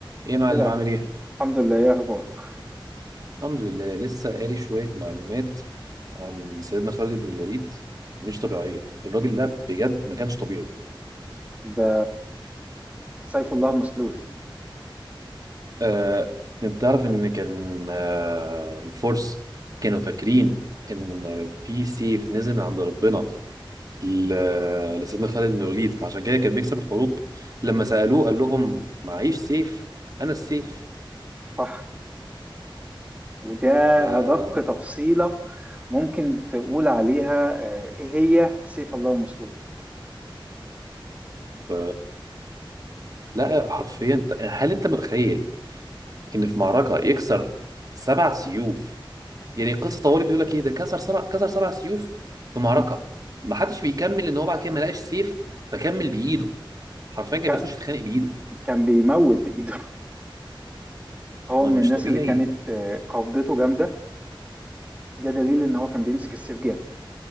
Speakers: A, on the right; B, on the right.
A: ايه يا معلم
B: ايه الأخبار؟
A: عامل ايه؟
B: الحمد لله ايه اخبارك
A: الحمد لله لسه قاري شوية معلومات عن سيدنا خالد بن الوليد مش طبيعية الراجل ده بجد ما كانش طبيعي
B: ده سيف الله المسلول
A: آه، انت تعرف ان كان آه، الفرس كانوا فاكرين ان في سيف نزل من عند ربنا ل- لسيدنا خالد بن الوليد فعشان كده كان بيكسب الحروب لما سألوه قال لهم معيش سيف انا السيف
B: صح وده
A: ف...
B: ادق تفصيلة ممكن تقول عليها آه، ايه هي سيف الله المسلول
A: ف... لا حرفيا هل انت متخيل ان في معركه يكسر سبع سيوف يعني قصه طوالي بيقول لك ايه ده كسر سبع كسر سبع سيوف في معركه
B: مم.
A: ما حدش بيكمل ان هو بعد كده ما لقاش سيف فكمل بايده حرفيا كان
B: ك-
A: بيخش يتخانق بايده
B: كان بيموت بايده <laughs> هو
A: هو
B: من
A: مش
B: الناس
A: طبيعي
B: اللي كانت آه، قبضته جامدة ده دليل ان هو كان بيمسك السيف جامد